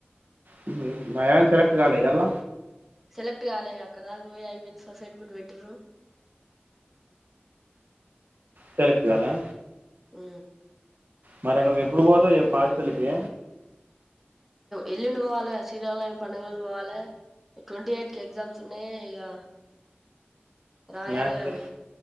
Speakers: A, on the right; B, in the centre.
A: <unintelligible> సెలెక్ట్ కాలే ఇయ్యాల
B: సెలెక్ట్ కాలే అక్కడ దాకా పోయి ఆగిపోయింది. సొసైటీ గుడ పెట్టిరృ
A: సెలెక్ట్ కాలే
B: ఉ
A: మరే నువ్వు ఎప్పుడు పోతావు చెప్పు హాస్టల్ కి
B: ఎల్లుండి పోవాలి గ శ్రీరామనవమి పండగ రోజు పోవాలి. ట్వంటీ ఎయిట్ కి ఎగ్జామ్స్ ఉన్నాయి. ఇగా రాయాలీ
A: మ్యాథ్స్
B: గా అవి